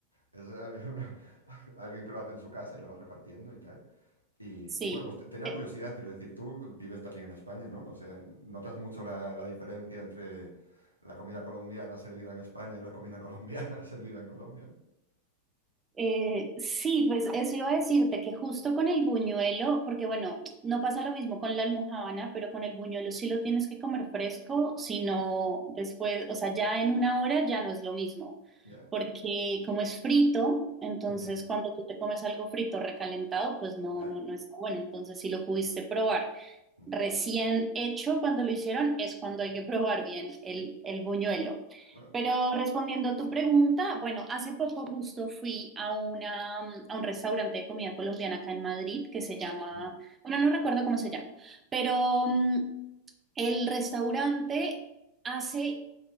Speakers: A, on the right (about 85°); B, on the right (about 20°).
A: es al- <laughs> alguien que lo hace en su casa y lo va repartiendo y tal. Y,
B: sí.
A: y bueno, pues te- tenía
B: Eh,
A: curiosidad, quiero decir, tú vives también en España, ¿no? O sea, ¿notas mucho la, la diferencia entre la comida colombiana servida en España y la comida colombiana <laughs> servida en Colombia, ¿no?
B: Eh, sí, pues eso iba a decirte que justo con el buñuelo, porque bueno, no pasa lo mismo con la almojábana, pero con el buñuelo sí lo tienes que comer fresco, sino
A: Mm.
B: después, o sea, ya en una hora ya no es lo mismo,
A: Ya,
B: porque como es frito, entonces
A: Mm,
B: cuando tú te comes algo frito recalentado, pues no,
A: ya.
B: no, no está bueno, entonces sí lo pudiste probar
A: Mm,
B: recién hecho cuando lo hicieron, es cuando
A: sí.
B: hay que probar bien el, el buñuelo.
A: Bueno,
B: Pero respondiendo a tu pregunta, bueno, hace poco justo fui a, una, a un restaurante de comida colombiana acá en Madrid que se llama,
A: mm,
B: bueno, no recuerdo cómo se llama, pero mm, el restaurante hace